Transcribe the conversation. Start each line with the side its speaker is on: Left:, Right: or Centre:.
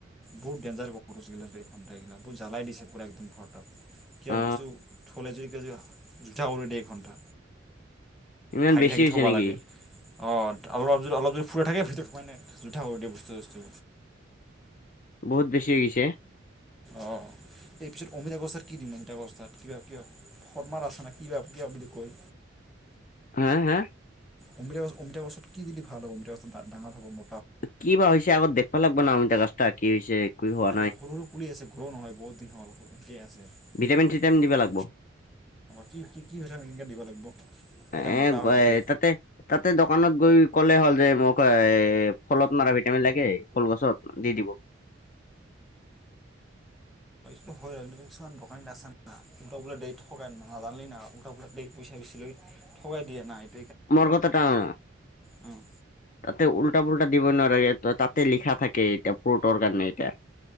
Centre: বহুত ডেঞ্জাৰচ কক্ৰ'চ গিলা ঘণ্টা এইগিলা বহু জ্বালাই দিছে পুৰা একদম ঘৰ তাত। কিবা
Left: অ
Centre: বস্তু থ'লে যদি ক জুঠা কৰি দিয় এ ঘণ্টা,
Left: ইমান
Centre: ঢাকি
Left: বেছি
Centre: ঢাকি
Left: হৈছে
Centre: থ'ব
Left: নেকি
Centre: লাগে। অঁ অলপ যদি অলপ যদি খুলা থাকে ভিতৰত সোমাই মানে জোঠা কৰি দিয়ে বস্তু চস্তু,
Left: বহুত বেছি হৈ গৈছে।
Centre: অঁ এই পিছত অমিতাগছত কি দিম অমিতা গছতাত কিবা কিবা, শদমাৰ আছে নে কিবা কিবা বুলি কয়।
Left: হা হা,
Centre: অমিতা অমিতা গছত কি দিলে ভাল হ'ৱ অমিতা গছত ডাঙৰ হ'ব ম
Left: কি বা হৈছে আগত দেখিব লাগিব না অমিতা গছটা কি হৈছে। কি হোৱা
Centre: নাই নাই সৰু সৰু পুলি আছে গ্ৰও নহয় বহুত দিন হ'ল এনেকে আছে।
Left: ভিটামিন চিটামিন দিব
Centre: মানে
Left: লাগব।
Centre: কি কি কি ভিটামিন এনেকে দিব লাগিব
Left: এ
Centre: যাতে মতা হয়
Left: গ-
Centre: যাতে,
Left: তাতে তাতে দোকানত গৈ ক'লে হ'ল যে মোক এ ফলত মাৰা ভিটামিন লাগে ফল গছত। দি দিব।
Centre: টো হয় কিন্তু কিছুমান দোকানীত আছে না, উল্টা পুল্টা দেইত ঠগেন নাজানালি না উল্টা পুল্টা দি পইচা বেছি লৈ ঠগাই দিয়ে না এ-
Left: মোৰ কথাটা আ
Centre: উম,
Left: তাতে উল্টা পুল্টা দিব নোৱাৰে তাতে লিখা থাকে ইটা ফ্ৰোটৰ কাৰণে ইটা।